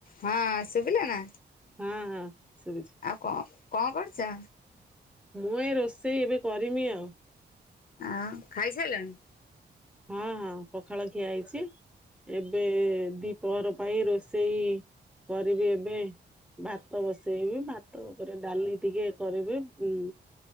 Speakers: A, on the left; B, in the centre.
A: ହଁ ଶୁବିଲା ନା?
B: ହଁ ହଁ ଶୁଭୁଛି
A: ଆଉ କଁ କଣ କରୁଚ?
B: ମୁଁ ଏଇ ରୋଷେଇ ଏବେ କରିମି ଆଉ।
A: ଆଉ ଖାଇସାଇଲଣି?
B: ହଁ ହଁ ପଖାଳ ଖିଆ ହେଇଛି ଏବେ ଦିପହର ପାଇଁ ରୋଷେଇ କରିବି ଏବେ। ଭାତ ବସେଇବି ଭାତ ଓପରେ ଡାଲି ଟିକେ କରିବେ ଉଁ